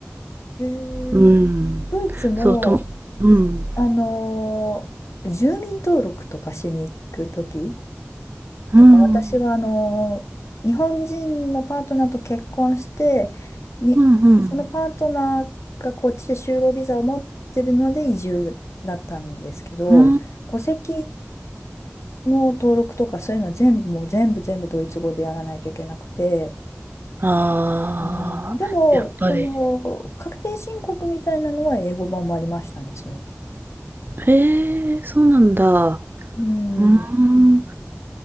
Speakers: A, on the left; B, on the right.
A: えー、
B: うん。
A: ドイツも、
B: そう、とうん。
A: あのー住民登録とかしに行くとき、
B: うん。
A: とか、私はあの日本人のパートナーと結婚して、に、
B: うんうん。
A: そのパートナーがこっちで就労ビザを持ってるので移住だったんですけど、
B: うん。
A: 戸籍の登録とかそういうのは全部もう全部全部ドイツ語でやらないといけなくて、
B: ああ、
A: うん、でも、
B: やっぱり。
A: その確定申告みたいなのは英語版もありましたね、そういえば。
B: へえ、そうなんだ。う
A: うん、
B: ーん。